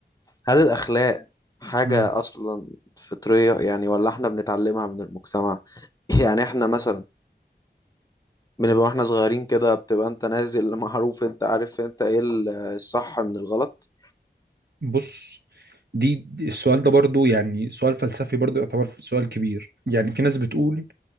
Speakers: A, on the left (about 20°); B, on the right (about 65°).
A: هل الأخلاق حاجة
B: مم.
A: أصلا فطرية يعني ولا إحنا بنتعلمها من المجتمع <laughs> يعني إحنا مثلا بنبقى وإحنا صغيرين كده بتبقى أنت نازل معروف أنت عارف أنت إيه ال- الصح من الغلط
B: بص دي دي- السؤال ده برضو يعني سؤال فلسفي برضو يعتبر سؤال كبير يعني في ناس بتقول